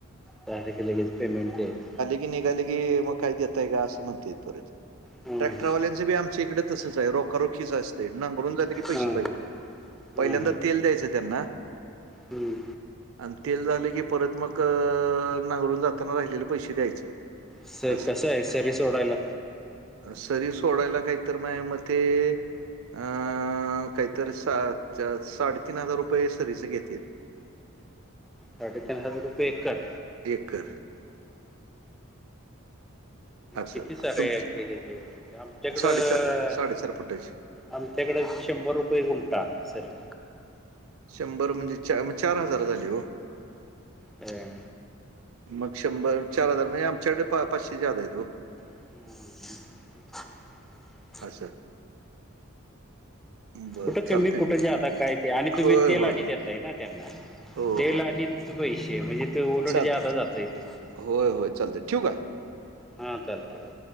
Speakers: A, in the centre; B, on the right.
A: झाल्या की लगेच पेमेंट द्यायचं.
B: निघाल्या की मग काय देतात का असं म्हणतात परत
A: हम्म
B: ट्रॅक्टरवालाच तसं बी आमच्या इकडे तसंच आहे रोख रोखीच असते नांगरून झाले की
A: हम्म
B: पैसे पाहिजे.
A: हम्म
B: पहिल्यांदा तेल द्यायचं त्यांना
A: हम्म
B: आणि तेल झाले की परत मग नांगळून जाताना राहिलेले पैसे द्यायचं.
A: स
B: असं.
A: कसं आहे सरी सोडायला
B: सरी सोडायला काही तर माझ्या मते अ काहीतरी सातच्या साडेतीन हजार रुपये सरीच घेतील.
A: साडे तीन हजार रुपये एकर
B: एकर असं.
A: किती सारया
B: तुम
A: एका हे जे होते ते आमच्याकडं
B: साडेचार, फुटाची.
A: आमच्याकडे शंभर रुपये गुणटा सरी
B: शंभर म्हणजे चा चार हजार झाली हो
A: ह
B: मग शंभर चार हजार म्हणजे आमच्याकडे पा पाचशे जादा आहे ओ
A: हम्म असंच.
B: असं बरं
A: कुठं कमी
B: चालतंय.
A: कुठे जादा काय ते आणि तुम्ही
B: होय,
A: तेल
B: होय,
A: आणि
B: होय.
A: देताय ना त्यांना
B: हो,
A: तेल
B: हो.
A: आणि पैसे म्हणजे ते उलट
B: चालतंय,
A: जादा
B: चालतंय.
A: जातय तुमचं
B: होय, होय. चालतंय. ठेवू का?
A: हा चालतंय ओ